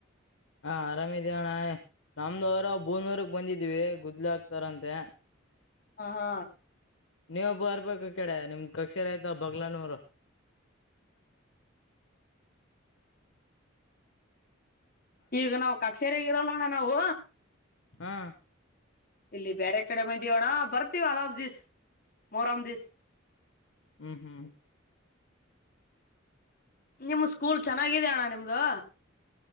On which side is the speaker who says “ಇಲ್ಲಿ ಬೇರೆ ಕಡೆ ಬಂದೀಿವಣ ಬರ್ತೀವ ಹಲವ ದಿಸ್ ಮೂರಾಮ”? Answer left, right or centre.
Left